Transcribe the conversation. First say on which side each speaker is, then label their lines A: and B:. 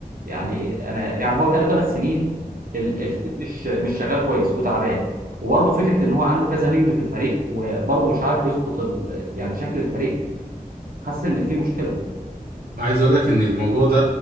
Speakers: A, on the right (about 70°); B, on the right (about 80°).
A: يعني انا يعني هو بقاله ثلاث سنين ال- الفريق مش مش شغال كويس وتعبان وبرضه فكره ان هو عنده كذا نجم في الفريق وبرضه مش عارف يظبط ال- يعني شكل الفريق حاسس ان في مشكله
B: عايز اقول لك ان الموضوع ده